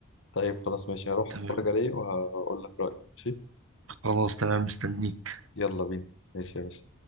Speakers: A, on the left; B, on the right.
A: طيب خلاص ماشي هروح
B: تمام
A: اتفرج عليه وهقول لك رأيي ماشي
B: خلاص تمام مستنيك
A: يلا بينا ماشي يا باشا